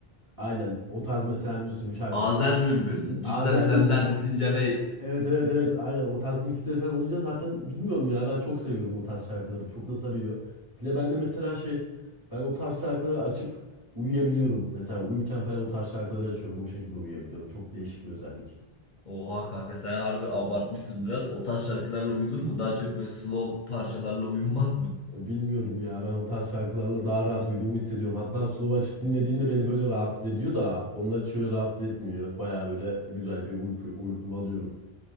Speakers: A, on the right; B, on the left.
A: Aynen o tarz mesela Müslüm şarkıları.
B: Azer Bülbül.
A: Azer
B: Cidden sen
A: Bülbül.
B: neredesin Caney?
A: Evet evet evet aynen o tarz mixleri falan olunca zaten bilmiyorum ya ben çok seviyorum o tarz şarkıları çok da sarıyor. Bir de ben de mesela şey ben o tarz şarkıları açıp uyuyabiliyorum. Mesela uyurken falan o tarz şarkıları açıyorum o şekilde uyuyabiliyorum çok değişik bir özellik.
B: Oha kanka sen harbi abartmışsın biraz. O tarz şarkılarla uyulur mu? Daha çok böyle slow parçalarla uyunmaz mı?
A: E, Bilmiyorum ya ben o tarz şarkılarla daha rahat uyuduğumu hissediyorum. Hatta slow açıp dinlediğinde beni böyle rahatsız ediyor da onlar hiç öyle rahatsız etmiyor. Baya böyle güzel bir uyku, uykumu alıyorum.